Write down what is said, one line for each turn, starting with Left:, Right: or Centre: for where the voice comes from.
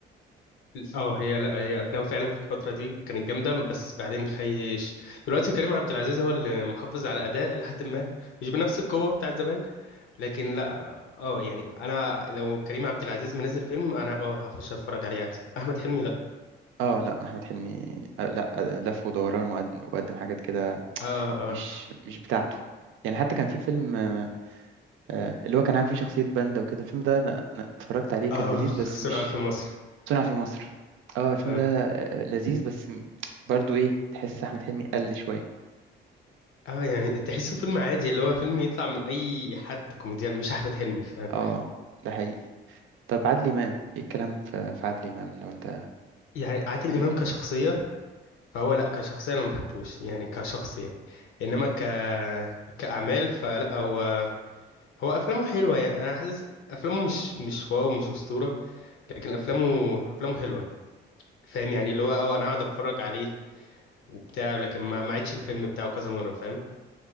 Left: اه هي لا هي افلام فعلا في الفتره دي كانت جامده بس بعدين خيش دلوقتي كريم عبد العزيز هو اللي محافظ على اداء الى حد ما مش بنفس القوه بتاعت زمان لكن لا اه يعني انا لو كريم عبد العزيز منزل فيلم انا اه هخش اتفرج عليه عادي احمد حلمي لا
Right: اه لا احمد حلمي آه، لا آه، لف ودوران وقد- وقدم حاجات كده
Left: اه
Right: مش
Left: اه
Right: مش بتاعته يعني حتى كان في فيلم آه، آه، اللي هو كان عامل فيه شخصيه باندا وكده الفيلم ده انا أنا اتفرجت عليه كان
Left: اه
Right: لذيذ
Left: <laughs>
Right: بس مش
Left: صنع في مصر
Right: صنع في مصر اه الفيلم
Left: اه
Right: ده آه، لذيذ بس م- برضو ايه تحس احمد حلمي قل شويه
Left: اه يعني تحسه فيلم عادي اللي هو فيلم يطلع من اي حد كوميديان مش احمد حلمي فاهم
Right: اه ده حقيقي طب عادل امام ايه الكلام في في عادل امام لو انت
Left: يعني عادل امام كشخصيه فهو لا كشخصية انا ما بحبوش يعني كشخص يعني انما ك كاعمال فلا هو هو افلامه حلوة يعني انا حاسس افلامه مش مش واو مش اسطورة لكن افلامه افلامه حلوة فاهم يعني اللي هو اه انا اقعد اتفرج عليه وبتاع لكن ما ما عيدش الفيلم بتاعه كذا مرة فاهم